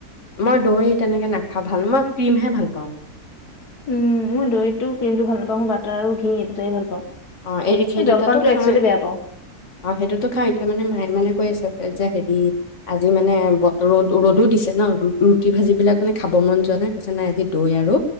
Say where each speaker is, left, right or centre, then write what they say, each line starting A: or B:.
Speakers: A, on the left; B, on the left.
A: মই দৈ তেনেকে নাখাওঁ ভাল মই ক্ৰীমহে ভাল পাওঁ।
B: উম মই দৈ টো ক্ৰীমটো ভাল নাপাওঁ মই বাটাৰ আৰু ঘি এই দুটাই ভাল পাওঁ।
A: অ এৰি সেই
B: এই
A: দুটাতো
B: জলপানটো
A: খাওঁ
B: একচুৱেলি বেয়া পাওঁ।
A: অ সেইটোতো খাওঁ এতিয়া মানে মাই মানে কৈ আছে যে হেৰি আজি মানে বতৰো ৰ'দ ৰ'দো দিছে ন ৰুটি ভাঁজিবলাক মানে খাব মন যোৱা নাই, কৈছে নাই আজি দৈ আৰু